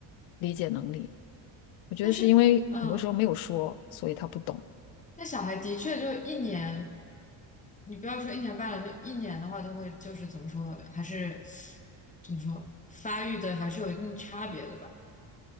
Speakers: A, on the left; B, on the left.
A: 理解能力。我觉得是因为很多时候没有说，
B: 但是嗯，
A: 所以他不懂。
B: 那小孩的确就一年，你不要说一年半了，就一年的话都会就是怎么说，还是怎么说发育的还是有一定差别的吧？